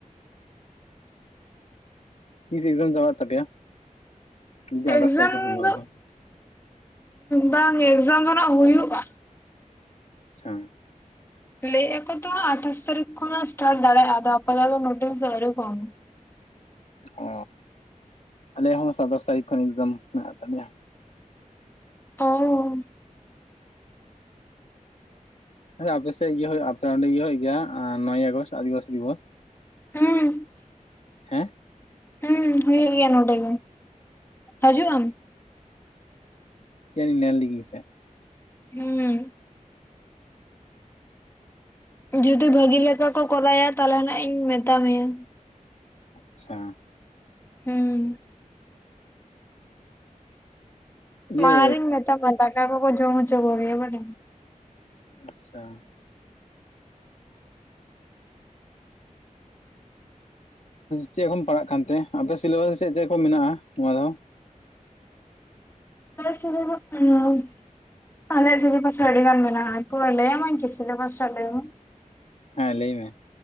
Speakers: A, on the left (about 55°); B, on the left (about 15°).
A: ᱛᱤᱥ ᱮᱠᱡᱟᱢ ᱪᱟᱵᱟᱜ ᱛᱟᱯᱮᱭᱟ ᱡᱩᱫᱤ ᱟᱴᱷᱟᱥ
B: ᱮᱠᱡᱟᱢ
A: ᱛᱟᱹᱨᱤᱠᱷ ᱠᱷᱚᱱ ᱦᱩᱭᱩᱜᱼᱟ
B: ᱫᱚ,
A: ᱟᱫᱚ
B: ᱵᱟᱝ ᱮᱠᱡᱟᱢ ᱫᱚ ᱱᱟᱜ ᱦᱩᱭᱩᱜᱼᱟ
A: ᱟᱪᱪᱷᱟ
B: ᱞᱟᱹᱭ ᱟᱠᱚ ᱛᱚ ᱟᱴᱷᱟᱥ ᱛᱟᱹᱨᱤᱠᱷ ᱠᱷᱚᱱᱟᱜ ᱥᱴᱟᱴ ᱫᱟᱲᱮᱭᱟᱜᱼᱟ ᱟᱫᱚ ᱟᱯᱟᱫᱟ ᱫᱚ ᱱᱳᱴᱤᱥ ᱟᱣᱨᱤ ᱠᱚ ᱮᱢᱟ
A: ᱚ ᱟᱞᱮᱭᱟᱜ ᱦᱚᱸ ᱥᱟᱛᱟᱥ ᱛᱟᱨᱤᱠᱷ ᱠᱷᱚᱱ ᱮᱠᱡᱟᱢ ᱢᱮᱱᱟᱜ ᱛᱟᱞᱮᱭᱟ
B: ᱚ
A: <unintelligible> ᱟᱯᱮ ᱥᱮᱫ ᱤᱭᱟᱹ ᱦᱳᱭᱳᱜ ᱟᱛᱚ ᱚᱸᱰᱮ ᱤᱭᱟᱹ ᱦᱳᱭᱳᱜ ᱜᱮᱭᱟ ᱟᱨ ᱱᱚᱭᱮ ᱟᱜᱚᱥᱴ ᱟᱹᱫᱤᱵᱟᱥᱤ ᱫᱤᱵᱚᱥ
B: ᱦᱩᱸ
A: ᱦᱮᱸ
B: ᱦᱩᱸ ᱦᱩᱭᱩᱜ ᱜᱮᱭᱟ ᱱᱚᱰᱮ ᱜᱮ ᱦᱤᱡᱩᱜ ᱟᱢ
A: <inaudible> ᱱᱮᱞ ᱜᱤᱜᱤᱧ ᱥᱮ
B: ᱦᱩᱸ ᱡᱩᱫᱤ ᱵᱷᱟᱹᱜᱤ ᱞᱮᱠᱟ ᱠᱚ ᱠᱚᱨᱟᱭᱟ ᱛᱟᱦᱚᱞᱮ ᱱᱟᱜ ᱤᱧ ᱢᱮᱛᱟ ᱢᱮᱭᱟ
A: ᱟᱪᱪᱷᱟ
B: ᱦᱩᱸ
A: ᱤᱭᱟᱹ
B: ᱢᱟᱲᱟᱝ ᱨᱤᱧ ᱢᱮᱛᱟ ᱠᱚᱣᱟ ᱫᱟᱠᱟ ᱠᱚᱠᱚ ᱡᱚᱢ ᱦᱚᱪᱚ ᱠᱚᱜᱮᱭᱟ ᱵᱟᱰᱟᱭᱟᱢ
A: ᱟᱪᱪᱷᱟ ᱪᱮᱫ ᱠᱚᱢ ᱯᱟᱲᱟᱜ ᱠᱟᱱᱛᱮ ᱟᱯᱮᱭᱟᱜ ᱥᱤᱞᱮᱵᱟᱥ ᱪᱮᱫ ᱪᱮᱫ ᱠᱚ ᱢᱮᱱᱟᱜᱼᱟ ᱱᱚᱣᱟ ᱫᱷᱟᱣ
B: <unintelligible> ᱟᱞᱮ ᱥᱤᱞᱮᱵᱟᱥ ᱨᱮ ᱟᱹᱰᱤ ᱜᱟᱱ ᱢᱮᱱᱟᱜ-ᱟ, ᱛᱩᱨᱟᱹ ᱞᱟᱹᱭ ᱟᱢᱤᱧ ᱠᱤ ᱥᱤᱞᱮᱵᱟᱥ ᱴᱟᱜ ᱰᱮᱢᱳ
A: ᱦᱮᱸ ᱞᱟᱹᱭ ᱢᱮ